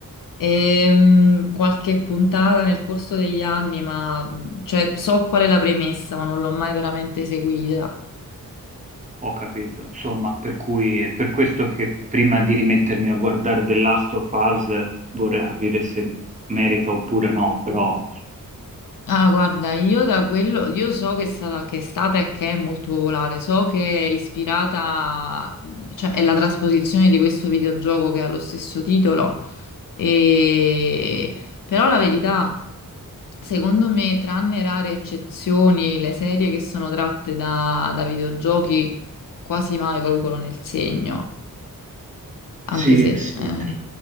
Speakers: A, on the left; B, on the right.
A: Ehm, qualche puntata nel corso degli anni, ma cioè, so qual è la premessa, ma non l'ho mai veramente seguita.
B: Ho capito. Insomma, per cui è per questo che prima di rimettermi a guardare The Last of Us vorrei capire se merita oppure no, però
A: Ah, guarda, io da quello, io so che è stata, che è stata e che è molto popolare, so che è ispirata, cioè è la trasposizione di questo videogioco che ha lo stesso titolo, e... però la verità, secondo me, tranne rare eccezioni, le serie che sono tratte da, da videogiochi quasi mai colgono nel segno.
B: sì,
A: Anche se...
B: sì.
A: eh.